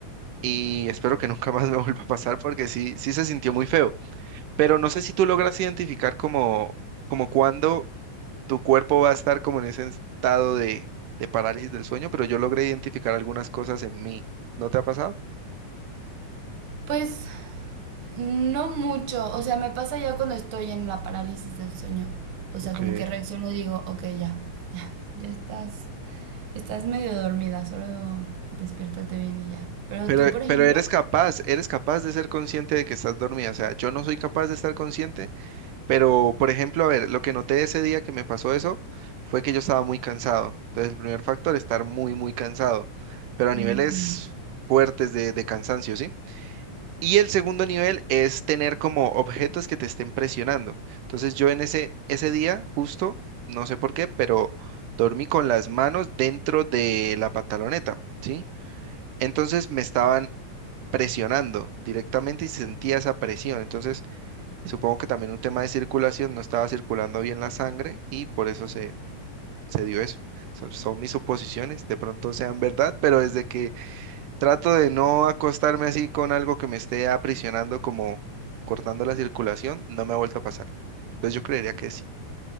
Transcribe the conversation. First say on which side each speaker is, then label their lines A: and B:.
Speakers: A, on the right; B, on the right.
A: y espero que nunca más me <laughs> vuelva a pasar porque sí, sí se sintió muy feo. Pero no sé si tú logras identificar como, como cuándo tu cuerpo va a estar como en ese estado de, de parálisis del sueño, pero yo logré identificar algunas cosas en mí. ¿No te ha pasado?
B: Pues No mucho, o sea, me pasa ya cuando estoy en la parálisis del sueño. O sea,
A: Ok.
B: como que reacciono y digo, ok, ya, ya, ya estás, estás medio dormida, solo despiértate bien y ya. Pero
A: Pero,
B: tú, por ejemplo,
A: pero eres capaz, eres capaz de ser consciente de que estás dormida. O sea, yo no soy capaz de estar consciente Pero, por ejemplo, a ver, lo que noté ese día que me pasó eso fue que yo estaba muy cansado. Entonces, el primer factor, estar muy, muy cansado, pero a
B: mm,
A: niveles fuertes de, de cansancio, ¿sí? Y el segundo nivel es tener como objetos que te estén presionando. Entonces, yo en ese, ese día, justo, no sé por qué, pero dormí con las manos dentro de la pantaloneta, ¿sí? Entonces, me estaban presionando directamente y sentía esa presión. Entonces, Supongo que también un tema de circulación, no estaba circulando bien la sangre y por eso se, se dio eso. Son, son mis suposiciones, de pronto sean verdad, pero desde que trato de no acostarme así con algo que me esté aprisionando como cortando la circulación, no me ha vuelto a pasar. Entonces yo creería que sí.